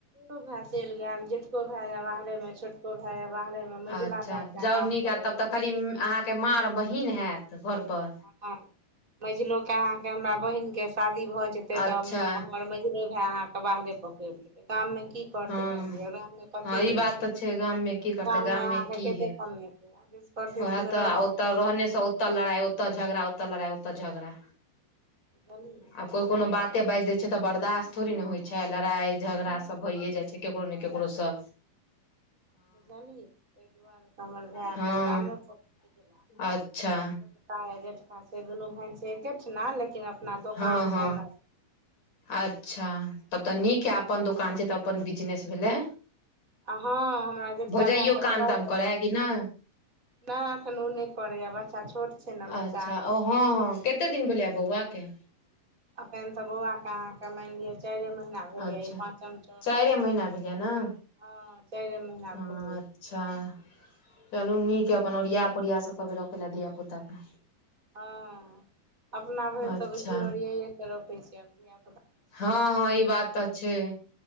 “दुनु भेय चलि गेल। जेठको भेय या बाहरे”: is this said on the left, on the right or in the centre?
Right